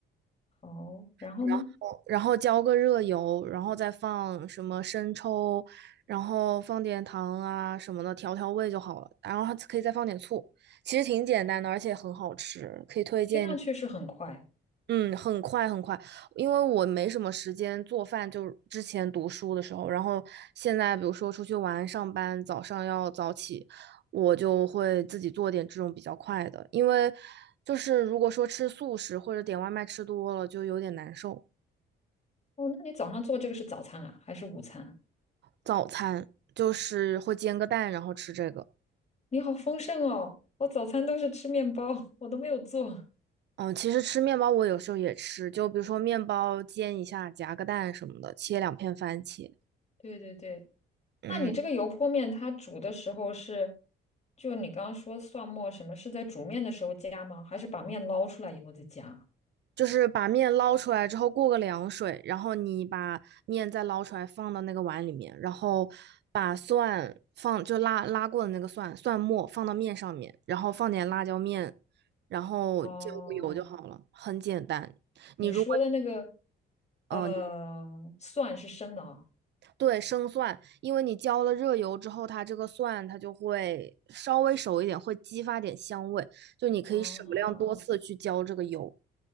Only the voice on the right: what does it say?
然后然后浇个热油，然后再放什么生抽，然后放点糖啊什么的调调味就好了，然后还可以再放点醋，其实挺简单的，而且很好吃，可以推荐你
嗯，很快很快，因为我没什么时间做饭，就是之前读书的时候，然后现在比如说出去玩、上班，早上要早起，我就会自己做点这种比较快的，因为就是如果说吃素食或者点外卖吃多了，就有点难受。
早餐就是会煎个蛋，然后吃这个。
嗯，其实吃面包我有时候也吃，就比如说面包煎一下，夹个蛋什么的，切两片番茄。
嗯。
就是把面捞出来之后过个凉水，然后你把面再捞出来放到那个碗里面，然后把蒜放就拉拉过的那个蒜蒜末放到面上面，然后放点辣椒面，然后浇个油就好了，
很简单。你如果
呃对生蒜，因为你浇了热油之后，它这个蒜它就会稍微熟一点，会激发点香味，就你可以少量多次去浇这个油。